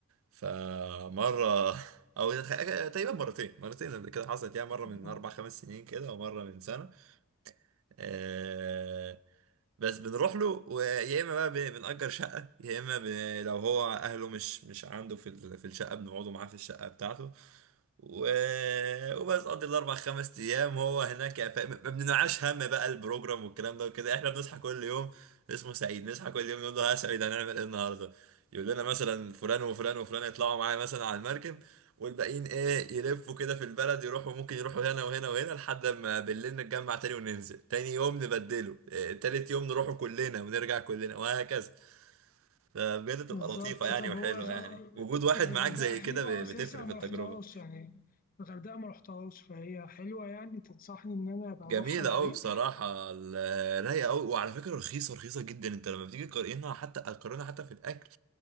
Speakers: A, on the right; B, on the left.
A: فمرة او تقريبا مرتين مرتين قبل كده حصلت يعني مرة من
B: آه،
A: أربع خمس سنين كده ومرة من سنة آه، بس بنروح له ويا اما بقى ب- بنأجر شقة يا اما ب... لو هو اهله مش مش عنده في ال- في الشقة بنقعدوا معاه في الشقة بتاعته و... وبس قضي الاربع خمس ايام هو هناك ف... ما بننعاش هم بقى البروجرام والكلام ده وكده احنا بنصحى كل يوم اسمه سعيد نصحى كل يوم نقول له ها يا سعيد هنعمل ايه النهارده يقول لنا مثلا فلان وفلان وفلان يطلعوا معايا مثلا على المركب والباقيين ايه يلفوا كده في البلد يروحوا ممكن يروحوا هنا وهنا وهنا لحد ما بالليل نتجمع تاني وننزل تاني يوم نبدله إيه تالت يوم نروحوا كلنا ونرجع كلنا وهكذا ده بجد تبقى
B: بالظبط
A: لطيفة يعني
B: طب
A: وحلوة
B: هو غ...
A: يعني وجود واحد
B: يعني
A: معاك
B: الغردقة
A: زي
B: حلوة
A: كده ب-
B: أساسا
A: بتفرق
B: ما
A: في التجربة
B: رحتهاش يعني الغردقة ما رحتهاش فهي حلوة يعني تنصحني إن أنا أبقى
A: جميلة
B: أروحها بعدين
A: قوي بصراحة ال- رايقة قوي وعلى فكرة رخيصة رخيصة جدا انت لما بتيجي تقارنها حتى تقارنها حتى في الاكل